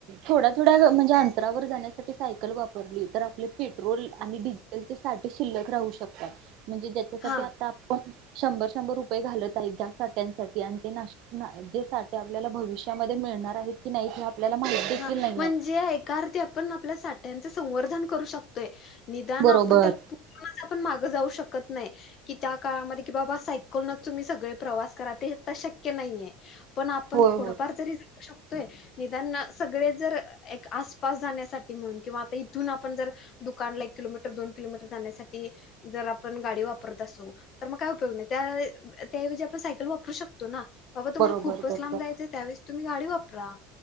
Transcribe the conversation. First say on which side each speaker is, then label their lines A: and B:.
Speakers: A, on the right; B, on the left.
A: थोड्या थोड्या म्हणजे अंतरावर जाण्यासाठी सायकल वापरली तर आपले पेट्रोल आणि डि ते साठी शिल्लक राहू शकतात म्हणजे ज्याच्यासाठी
B: हा
A: आता आपण शंभर शंभर रुपये घालत आहेत ज्या साठ्यांसाठी आणि तेश जे सा आपल्याला भविष्यामध्ये मिळणार आहेत की नाही आपल्याला माहित देखील
B: हा
A: नाहीये.
B: म्हणजे एका अर्तीी आपण आपल्या साठ्यांच संवर्धन करू शकतोय निदान
A: बरोबर.
B: आपण त्याला पूर्ण आपण मागे जाऊ शकत नाही कि त्या काळामध्ये कि बाबा सायकलच तुम्ही सगळे प्रवास करा ते तर शक्य नाहीये पण आपण
A: होय
B: थोडंफार
A: होय
B: जरीू शकतोय निदान सगळे जर एक आसपास जाण्यासाठी म्हणून किंवा आता इथून आपण जर दुकानला एक किलोमीटर दोन किलोमीटर जाण्यासाठी जर आपण गाडी वापरत असो तर मग काय उपयोग नाही त्या त्याऐवजी आपण सायकल वापरू शकतो ना बाबा तुम्हाला
A: बरोबर
B: खूपच
A: बरोबर
B: लांब जायचे त्यावेळेस तुम्ही गाडी वापरा